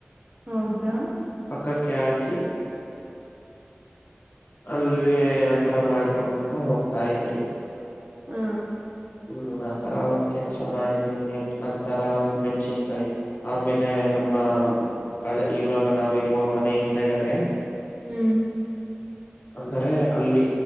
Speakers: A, on the right (about 35°); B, on the left (about 50°).
A: ಹೌದಾ.
B: ಪಕ್ಕಕ್ಕೆ ಹಾಕಿ. ಅಲ್ಲಿ ಆತರ ಮಾಡ್ಕೊಂತ ಹೋಗ್ತಾ ಇದ್ರಿ.
A: ಹಾ.
B: ಹ್ಮ್ ಆತರ ಒಂದ ಕೆಲ್ಸ ಮಾಡಿದೀನಿ ನಂತರ ಮೆಣ್ಸಿನ್ಕಾಯಿ. ಆಮೇಲೆ ನಮ್ಮ ಹಳೆ ಇವಾಗ ನಾವಿರುವ ಮನೆಯಿಂದಗಡೆ.
A: ಹ್ಮ್
B: ಅಂದರೆ ಅಲ್ಲಿ